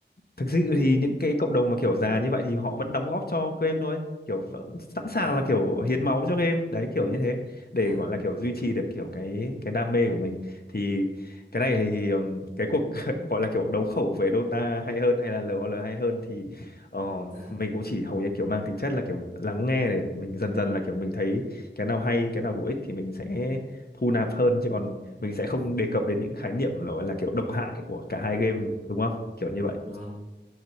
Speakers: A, on the left; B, on the right.
A: thực sự thì những cái cộng đồng mà kiểu già như vậy thì họ vẫn đóng góp cho game thôi kiểu vẫn sẵn sàng
B: dạ
A: là kiểu hiến máu cho game đấy kiểu như thế
B: dạ
A: để gọi là kiểu duy trì được kiểu cái cái đam mê của mình thì cái này thì ừm, cái cuộc <laughs> gọi là kiểu đấu khẩu về Dota hay hơn hay là LOL hay hơn thì ờ,
B: dạ
A: mình cũng chỉ hầu như kiểu mang tính chất là kiểu lắng nghe để mình dần dần là kiểu mình thấy cái nào hay cái nào bổ ích thì mình sẽ thu nạp hơn chứ còn mình sẽ không đề cập đến những khái niệm gọi là kiểu độc hại của cả hai game đúng không kiểu như vậy
B: vâng